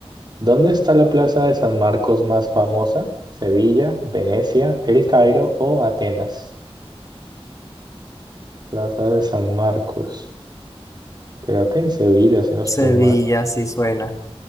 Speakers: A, on the right; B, on the left.
A: ¿Dónde está la plaza de San Marcos más famosa? ¿Sevilla, Venecia, El Cairo o Atenas? Plaza de San Marcos. Creo que en Sevilla, si no estoy
B: Sevilla,
A: mal.
B: sí suena.